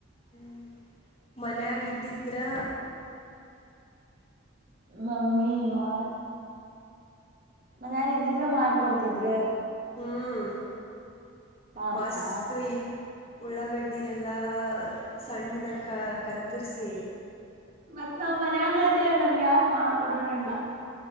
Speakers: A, on the left; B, on the right.
A: ಹ್ಮ್ ಮನ್ಗಿದ್ದಿದ್ರ
B: ಮಮ್ಮಿ ಮ. ಮನ್ಯಗಿದ್ದಿದ್ರೆ ಮಾಡ್ಕೊಡ್ತಿದ್ರರ.
A: ಹ್ಮ್
B: ಪಾಪಾ
A: ಮಸ್ತ ಇ. ಉಳ್ಳಾಗಡ್ಡಿ ಎಲ್ಲ ಸಣ್ಣದ ಕ ಕತ್ತರ್ಸಿ.
B: ಮತ್ತ್ ನಾವ್ ಮನ್ಯಾಗ್ದೇವ್ ನಮ್ಗ ಯಾರ್ ಮಾಡ್ಕೊಡೋರೆ ಇಲ್ಲ.